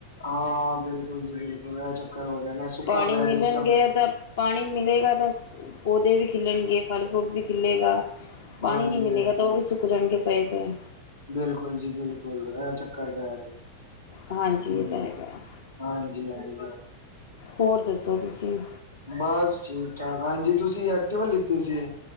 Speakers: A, on the left; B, on the left.
A: ਹਾਂ, ਬਿਲਕੁਲ ਜੀ ਬਿਲਕੁਲ ਇਹ ਚੱਕਰ? ਹੋ ਰਿਹਾ ਨਾ ਸੁੱਕਾ
B: ਪਾਣੀ
A: ਪੈ
B: ਮਿਲਣਗੇ
A: ਰਿਹਾ ਇਸ ਟਾਈਮ
B: ਤਾਂ, ਪਾਣੀ ਮਿਲੇਗਾ ਤਾਂ, ਪੌਦੇ ਵੀ ਖਿੱਲਣਗੇ, ਫਲ ਫਰੂਟ ਵੀ ਖਿੱਲੇਗਾ, ਪਾਣੀ
A: ਹਾਂਜੀ
B: ਨਹੀਂ ਮਿਲੇਗਾ,
A: ਹਾਂਜੀ
B: ਤਾਂ ਉਹ ਵੀ ਸੁੱਕ ਜਾਣਗੇ, ਪਏ ਪਏ।
A: ਬਿਲਕੁਲ ਜੀ ਬਿਲਕੁਲ, ਐ ਚੱਕਰ ਪੈ ਗਏ।
B: ਹਾਂਜੀ
A: ਹੂ,
B: ਇਹ ਤਾਂ ਹੈਗਾ
A: ਹਾਂਜੀ--ਹਾਜੀ।
B: ਹੋਰ ਦੱਸੋ ਤੁਸੀਂ
A: ਬਸ, ਠੀਕ ਠਾਕ ਹਾਂਜੀ। ਤੁਸੀਂ, ਐਕਟਿਵਾ ਲਿਤੀ ਸੀ।